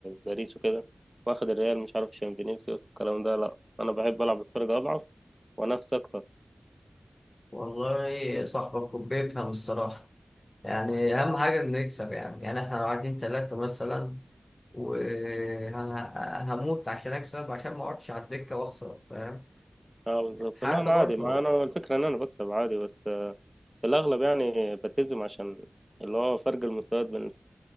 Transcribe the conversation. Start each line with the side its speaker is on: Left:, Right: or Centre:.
Right: باريس وكده واخد الريال مش عارف عشان فينيسيوس الكلام ده لا انا بحب العب بفرقة اضعف وانافس اكتر
Left: والله صاحبك بيفهم الصراحة يعني أهم حاجة إنه يكسب يعني يعني إحنا لو قاعدين تلاتة مثلا وهموت عشان اكسب عشان ما اقعدش على الدكه واخسر فاهم
Right: اه بالظبط
Left: حتى
Right: لا انا
Left: برضه
Right: عادي مع انا الفكرة ان انا بكسب عادي بس في الاغلب يعني بلتزم عشان اللي هو فرق المستويات بين